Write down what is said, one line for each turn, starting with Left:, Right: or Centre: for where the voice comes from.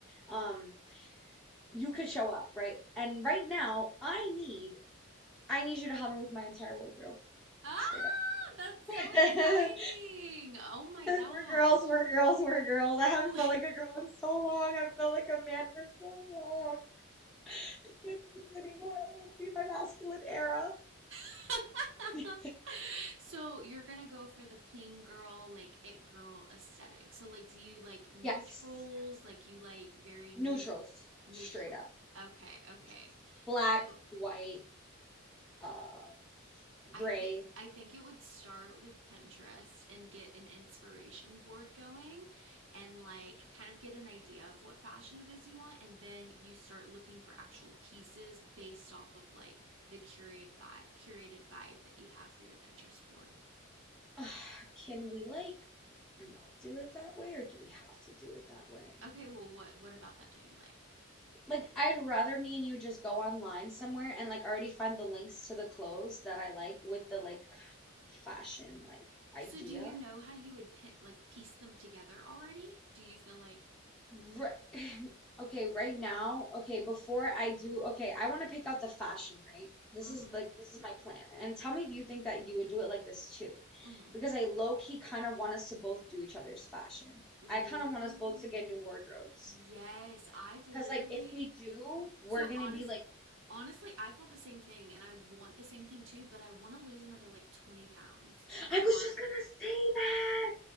Centre: Um, you could show up, right? And right now, I need I need you to help me with my entire wardrobe.
Right: ah,
Centre: Straight up.
Right: that's
Centre: <laughs>
Right: so exciting. Oh my gosh.
Centre: We're girls, we're girls, we're girls. I
Right: Ooh.
Centre: haven't felt like a girl in so long. I've felt like a man for so long. I can't do this anymore. I don't want to be in my masculine era.
Right: <laughs>
Centre: <laughs>
Right: So you're gonna go for the clean girl, like it girl aesthetic. So like, do you like neutrals?
Centre: Yes.
Right: Like you like very mute
Centre: Neutrals.
Right: neutral?
Centre: Straight up.
Right: Okay, okay.
Centre: Neutrals. Black,
Right: So
Centre: white, uh,
Right: I
Centre: gray.
Right: think I think it would start with Pinterest and get an inspiration board going and like kind of get an idea of what fashion it is you want and then you start looking for actual pieces based off of like the curated vibe curated vibe that you have for your Pinterest board.
Centre: <sighs> Ugh, can we like not do it that way, or do we have to do it that way?
Right: Okay, well what what about that don't you like?
Centre: Like, I'd rather me and you just go online somewhere and like already find the links to the clothes that I like with the like <sighs> fashion like idea.
Right: So do you know how you would pin, like piece them together already? Do you feel like
Centre: Right. <sighs> Okay, right now, okay, before I do, okay, I want to pick out the fashion, right? This
Right: mm-hmm,
Centre: is like this is my plan. And tell me if you think that you would do it like this too.
Right: mm-hmm.
Centre: Because I low key kind of want us to both do each other's fashion.
Right: Ooh.
Centre: I kind of want us both to get new wardrobes.
Right: Yes, I've literally
Centre: Because like if we do, we're
Right: so
Centre: gonna
Right: honest
Centre: be like
Right: Honestly, I thought the same thing, and I want the same thing too, but I want to lose another like 20 pounds before.
Centre: I was just gonna say that.